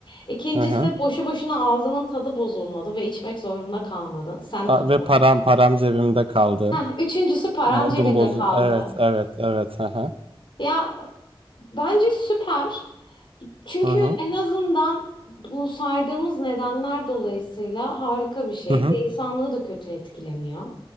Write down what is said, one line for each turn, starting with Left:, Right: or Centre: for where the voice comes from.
Left: İkincisi
Right: Hı hı.
Left: boşu boşuna ağzının tadı bozulmadı ve içmek zorunda kalmadın. Sen
Right: A-
Left: daha
Right: Ve
Left: mutlusun.
Right: param param cebimde kaldı.
Left: Heh, üçüncüsü paran
Right: Modum
Left: cebinde
Right: bozu.
Left: kaldı.
Right: Evet, evet, evet. Hı hı.
Left: Ya Bence süper. Çünkü
Right: Hı hı.
Left: en azından bu saydığımız nedenler dolayısıyla harika bir şey
Right: Hı hı.
Left: ve insanlığı da kötü etkilemiyor.